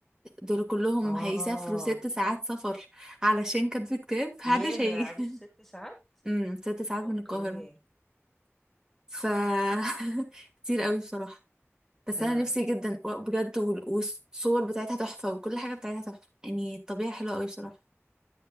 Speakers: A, on the right; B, in the centre.
A: دول كلهم
B: اه
A: هيسافروا ست ساعات سفر علشان كاتبة كتاب محدش
B: ياه هي
A: هيجي
B: العريس ست
A: <laughs>
B: ساعات
A: امم ست ساعات
B: اوكي
A: من القاهرة ف <laughs> كتير قوي بصراحة بس
B: امم
A: انا نفسي جدا و- بجد وال- والصور بتاعتها تحفة وكل حاجة بتاعتها تحفة يعني الطبيعة حلوة قوي بصراحة